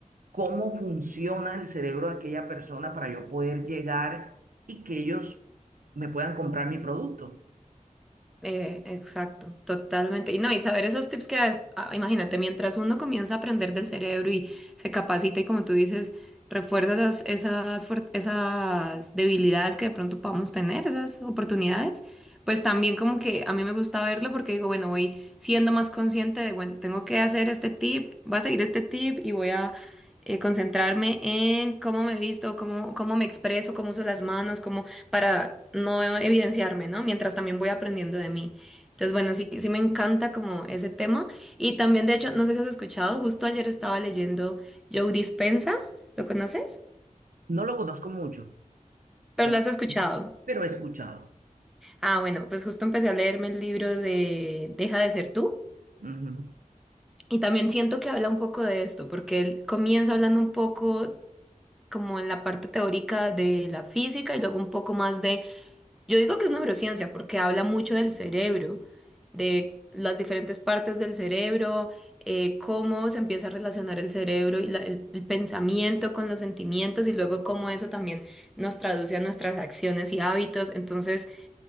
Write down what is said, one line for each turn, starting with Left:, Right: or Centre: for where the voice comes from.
Right: cómo funciona el cerebro de aquella persona para yo poder llegar y que ellos me puedan comprar mi producto.
Centre: Eh, exacto, totalmente. Y no, y saber esos tips que das, ah, imagínate, mientras uno comienza a aprender del cerebro y se capacita y como tú dices, refuerza esas, esas, fuer- esas debilidades que de pronto podamos tener, esas oportunidades, pues también como que a mí me gusta verlo porque digo, bueno, voy siendo más consciente de, bueno, tengo que hacer este tip, voy a seguir este tip y voy a eh, concentrarme en cómo me visto, cómo, cómo me expreso, cómo uso las manos, cómo para no evidenciarme, ¿no? Mientras también voy aprendiendo de mí. Entonces, bueno, sí, sí me encanta como ese tema. Y también, de hecho, no sé si has escuchado, justo ayer estaba leyendo Joe Dispenza, ¿lo conoces?
Right: No lo conozco mucho,
Centre: Pero
Right: com-
Centre: lo has escuchado.
Right: pero he escuchado.
Centre: Ah, bueno, pues justo empecé a leerme el libro de Deja de ser tú.
Right: Ujú.
Centre: Y también siento que habla un poco de esto, porque él comienza hablando un poco como en la parte teórica de la física y luego un poco más de Yo digo que es neurociencia porque habla mucho del cerebro, de las diferentes partes del cerebro, eh, cómo se empieza a relacionar el cerebro y la- el, el pensamiento con los sentimientos y luego cómo eso también nos traduce a nuestras acciones y hábitos. Entonces,